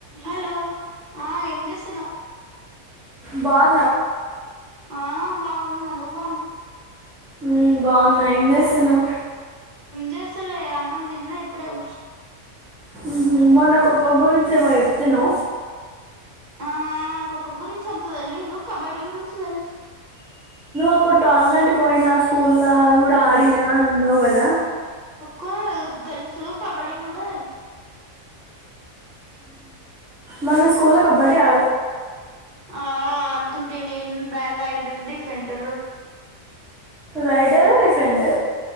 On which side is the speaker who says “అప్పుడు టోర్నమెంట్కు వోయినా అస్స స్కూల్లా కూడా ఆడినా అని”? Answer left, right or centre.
Centre